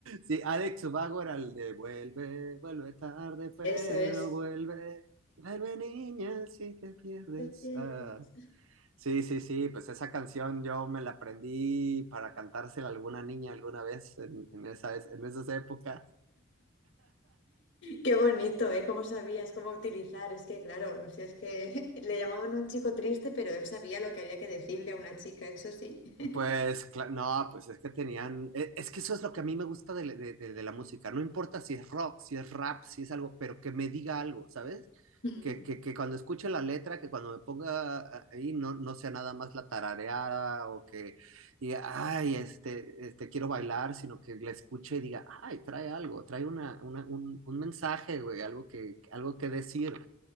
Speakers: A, on the right; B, on the left.
A: Sí, Alex Ubago era el de vuelve, vuelve tarde, pero
B: Eso es.
A: vuelve. Vuelve niña si te pierdes.
B: Te pierdes.
A: Ah. Sí, sí, sí, pues esa canción yo me la aprendí para cantársela a alguna niña alguna vez en, en esa, en esas épocas.
B: Qué bonito, ¿eh? ¿Cómo sabías cómo utilizar? Es que, claro, pues si es que <laughs> le llamaban un chico triste, pero él sabía lo que había que decirle a una chica, eso sí. <laughs>
A: Pues, cla- no, pues es que tenían, e- es que eso es lo que a mí me gusta de, de- de- de la música, no importa si es rock, si es rap, si es algo, pero que me diga algo, ¿sabes?
B: Mm.
A: Que, que, que cuando escuche la letra, que cuando me ponga ah, ahí no, no sea nada más la tarareada o que diga, ay, este, este, quiero bailar, sino que la escuche y diga, ay, trae algo, trae una, una- un, un mensaje, güey, algo que, algo que decir,